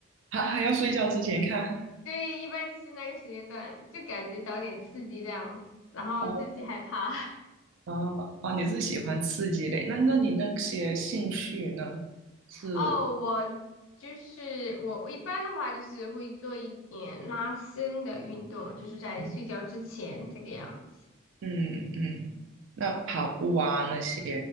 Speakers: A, on the right; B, on the left.
A: 还还要睡觉之前看。
B: 对，一般就是那个时间段，就感觉找点刺激这样然后自己害怕。
A: 哦
B: <laughs>
A: 哦哦，你是喜欢刺激类？那那你那些兴趣呢？是
B: 哦，我就是我我一般的话就是会做一点拉伸的运动，就是在睡觉之前这个样子。
A: 嗯嗯，嗯那跑步啊那些，